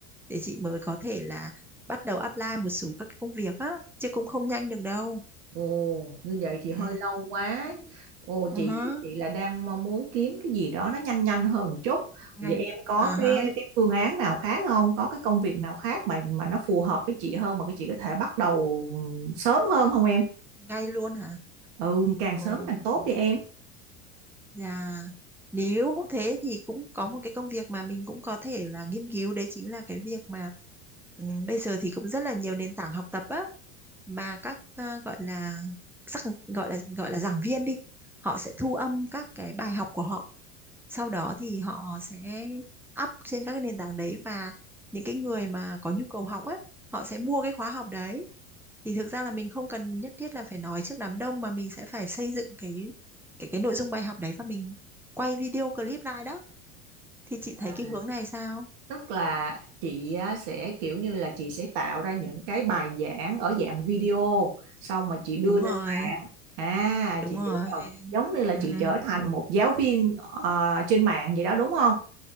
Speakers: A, in the centre; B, on the right.
A: để chị mới có thể là bắt đầu apply một số các cái công việc á, chứ cũng không nhanh được đâu.
B: Ồ, như vậy thì hơi
A: Ừ.
B: lâu quá. Ồ,
A: Ừ
B: chị
A: hứ,
B: thì chị là đang mong muốn kiếm cái gì đó nó nhanh nhanh hơn một chút.
A: ngay
B: Vậy em có
A: à
B: cái
A: hả,
B: cái phương án nào khác không? Có cái công việc nào khác mà mà nó phù hợp với chị hơn mà cái chị có thể bắt đầu sớm hơn không em?
A: ngay luôn hả?
B: Ừ, càng
A: Ừ.
B: sớm càng tốt đi em.
A: Dạ. Nếu thế thì cũng có một cái công việc mà mình cũng có thể là nghiên cứu đấy chính là cái việc mà ừ, bây giờ thì cũng rất là nhiều nền tảng học tập á mà các ờ, gọi là sắc gọi là gọi là giảng viên đi, họ sẽ thu âm các cái bài học của họ. Sau đó thì họ sẽ up trên các cái nền tảng đấy và những cái người mà có nhu cầu học á, họ sẽ mua cái khóa học đấy thì thực ra là mình không cần nhất thiết là phải nói trước đám đông mà mình sẽ phải xây dựng cái cái cái nội dung bài học đấy và mình quay video clip lại đó thì chị
B: À.
A: thấy cái hướng này sao
B: tức là chị á, sẽ kiểu như là chị sẽ tạo ra những cái bài giảng ở dạng video xong mà chị đưa
A: đúng
B: lên
A: rồi
B: mạng à
A: đúng
B: chị
A: rồi
B: hiểu rồi giống như là
A: ừ,
B: chị
A: ừ,
B: trở thành một giáo viên ờ, trên mạng vậy đó đúng không